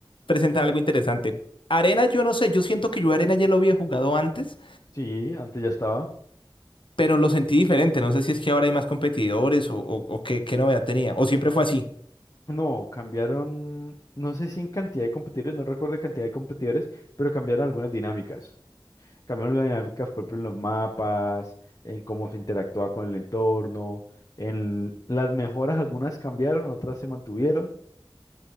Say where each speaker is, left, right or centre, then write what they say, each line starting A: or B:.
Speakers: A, on the left; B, on the left.
A: presentan algo interesante. Arena, yo no sé, yo siento que yo Arena ya lo había jugado antes,
B: Sí, antes ya estaba.
A: pero lo sentí diferente. No sé si es que ahora hay más competidores o, o, o qué, qué novedad tenía, o siempre fue así.
B: No, cambiaron, no sé si en cantidad de competidores, no recuerdo la cantidad de competidores, pero cambiaron algunas dinámicas. Cambiaron las dinámicas, por ejemplo, en los mapas, en cómo se interactuaba con el entorno, en las mejoras, algunas cambiaron, otras se mantuvieron.